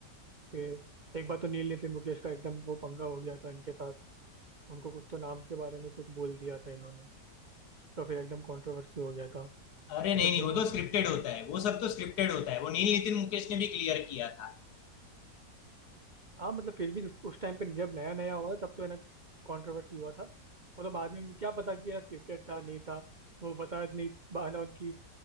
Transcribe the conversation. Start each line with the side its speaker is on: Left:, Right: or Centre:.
Right: फिर एक बार तो नील नितिन मुकेश का एकदम वो पंगा हो गया था इनके साथ उनको कुछ तो नाम के बारे में कुछ बोल दिया था इन्होंने तो फिर एकदम कंट्रोवर्सी हो गया था
Left: अरे
Right: एकदम
Left: नहीं नहीं
Right: बिना
Left: वो तो स्क्रिप्टेड होता है वो सब तो स्क्रिप्टेड होता है वो नील नितिन मुकेश ने भी क्लियर किया था
Right: हाँ मतलब फिर भी उस, उस टाइम पे जब नया नया हुआ था, तब तो है ना कंट्रोवर्सी हुआ था और तो बाद में क्या पता कि यार स्क्रिप्टेड था नहीं था वो पता नहीं बहाना उनकी